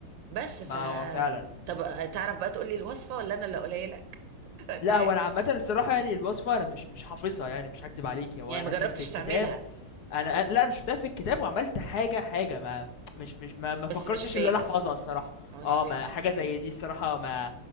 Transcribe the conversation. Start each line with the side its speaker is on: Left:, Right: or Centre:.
Right: بس ف
Left: ما هو فعلا
Right: طب آه، تعرف بقى تقولي الوصفة ولا أنا اللي أقولها لك <laughs> أنت
Left: لا
Right: عارف
Left: هو انا عامه الصراحه يعني الوصفه انا مش مش حافظها يعني مش هكدب عليك هو
Right: يعني
Left: انا
Right: ما جربتش
Left: كان في الكتاب
Right: تعملها
Left: انا أنا- لا انا شفتها في الكتاب وعملت حاجه حاجه ما مش مش ما, ما فكرتش
Right: بس مش فاكر
Left: ان انا احفظها الصراحه
Right: مش
Left: اه
Right: فاكر
Left: ما حاجه زي دي الصراحه ما